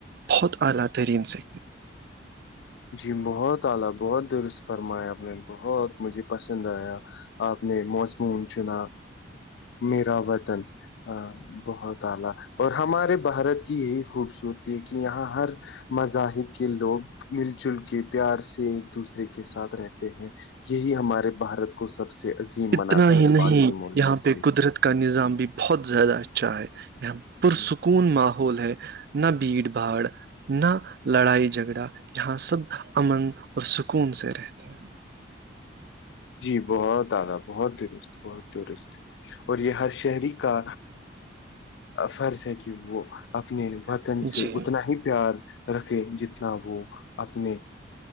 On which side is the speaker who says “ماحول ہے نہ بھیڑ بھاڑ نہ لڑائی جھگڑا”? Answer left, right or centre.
Right